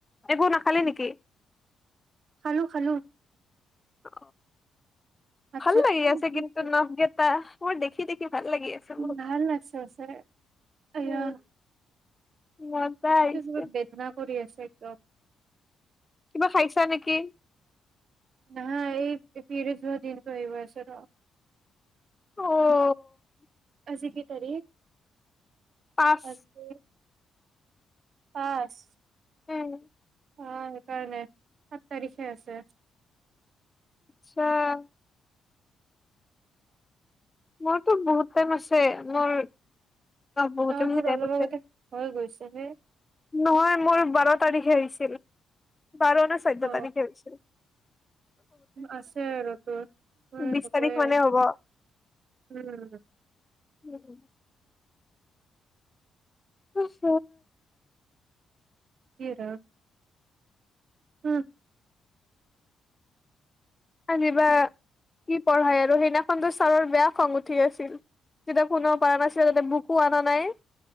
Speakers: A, on the left; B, on the right.
A: এইবোৰ নাখালে নেকি?
B: খালোঁ খালোঁ।
A: অ'। ভাল
B: চাত
A: লাগি
B: খালো
A: আছে
B: উঠিছো।
A: কিন্তু নাভকেটা। মোৰ দেখি, দেখি। ভাল লাগি আছে বহুত
B: ভাল লাগছে আছে এয়া
A: উম মজা আহিছে
B: ম বেদনা কৰি আছ সেইটো।
A: কিবা খাইছা নেকি?
B: নাহ এই পিৰিয়ডচ হোৱা দিনটো আহি আছে। ৰ'।
A: অ'।
B: আজি কেই তাৰিখ?
A: পাঁচ।
B: আজি পাঁচ।
A: উম।
B: অ', সেইকাৰণে সাত তাৰিখে আছে।
A: <unintelligible> মোৰতো বহুত টাইম আছে মোৰ বহুতে
B: অ',
A: বেছি
B: তোৰ
A: টাইম
B: অলপ
A: আছে
B: আগতে হৈ গৈছ <unintelligible>
A: নহয়, মোৰ বাৰ তাৰিখে আহিছিল। বাৰ নে চৈধ্য
B: অ
A: তাৰিখে আহিছে।
B: আছে আৰু তোৰ <unintelligible>
A: বিশ
B: হ'বই
A: তাৰিখ মানে হ'ব।
B: উম।
A: উম। উ হ
B: হৰা উম
A: আজিবা কি পঢ়াই আৰু সেইদিনাখনতো ছাৰৰ বেয়া খং উঠি আছিল যেতিয়া কোনেও পৰা নাছিল তা বুকো অনা নাই